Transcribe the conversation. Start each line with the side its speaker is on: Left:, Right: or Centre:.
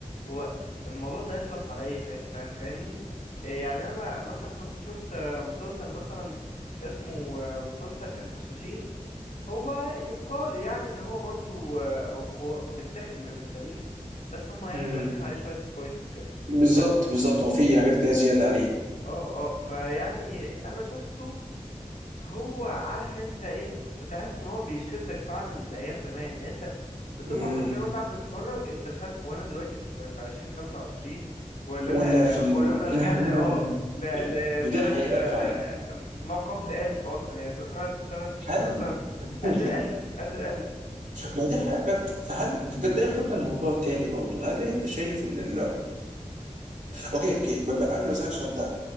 Left: هو الموضوع ده هيخلص على ايه فا- فا- فاهمني إيه يعني انا مثلا كنت شفت آه، مسلسل مثلا اسمه آه، مسلسل الحشاشين هو يقال يعني ان هو برضو آه، هو متاخد من التاريخ بس هم يعني
Right: مم.
Left: ضايفين عليه شوية سبايسز كده
Right: بالظبط
Left: بس
Right: بالظبط هو في حاجات كده زيادة عليه
Left: اه اه فيعني انا شفته هو عارف انت ايه بتحس ان هو بيشدك فعلا لايام زمان يعني انت بتبقى
Right: مم.
Left: حرفيا وانت قاعد بتتفرج انت مش عارف هو انا دلوقتي في في 2025 ولا
Right: ولا
Left: انا
Right: في ال...
Left: ولا انا رجعت اه
Right: <laughs>
Left: ل- لسنة
Right: ودي حقيقة
Left: آه،
Right: فعلا
Left: ما قبل ألف أصلا يعني سنة سنة
Right: هل
Left: مثلا
Right: <laughs>
Left: قبل الألف قبل الألف
Right: ما دي حقيقة بجد فهل ده, ده ياخدنا الموضوع تاني برضه هل انت شايف ان ال... اوكي اوكي ب- ب- قبل ما اسالك السؤال ده